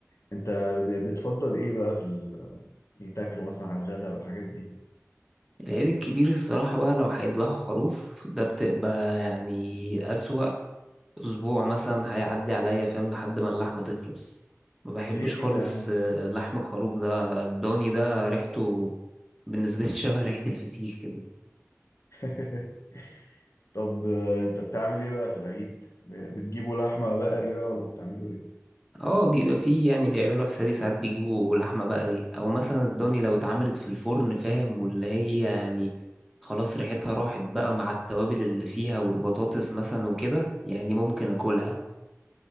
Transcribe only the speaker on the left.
انت ب- بتفضل ايه بقى في ال... يعني تاكله مثلا على الغدا والحاجات دي
ليه كده
يا عم
<laughs> طب آه، انت بتعمل ايه بقى في العيد ب- بتجيبوا لحمة بقري بقى ولا بتعملوا ايه